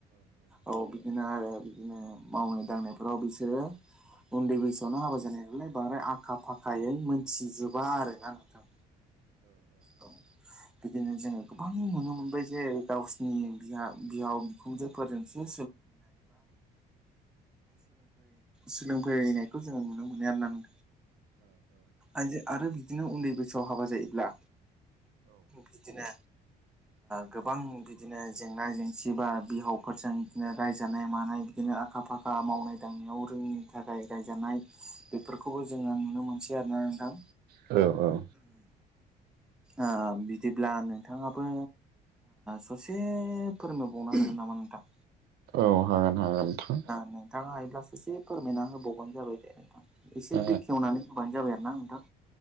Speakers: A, in the centre; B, on the right.
A: औ बिदिनो आरो बिदिनो मावनाय दांनायफोराव बिसोरो उन्दै बैसोआवनो हाबा जानाय नालाय बांद्राय आखा फाखायै मोनथिजोबा आरोना नोंथां औ बिदिनो जोङो गोबां नुनो मोनबाय जे गावसोरनि बिहाव सोलों सोलोंफैनायखौ जोङो नुनो मोनो होनदों आइजो आरो बिदिनो उन्दै बैसोआव हाबा जायोब्ला बिदिनो गोबां बिदिनो जेंना जेंसि बा बिहावफोरजों बिदिनो रायजानाय मानाय बिदिनो आखा फाखा मावनाय दांनायाव रोङिनि थाखाय रायजानाय बेफोरखौबो जोङो नुनो मोनसै आरोना नोंथां
B: औ औ
A: आ बिदिब्लानो नोंथाङाबो ससे फोरोंनो बावनो हागोन नामा नोंथां
B: औ हागोन हागोन नोंथां
A: नोंथाङा हायोब्लाससे फोरमायना होबावबानो जाबाय दे नोंथां एसे
B: ओ
A: बेखेवनानै होबानो जाबाय जाबाय आरो ना नोंथां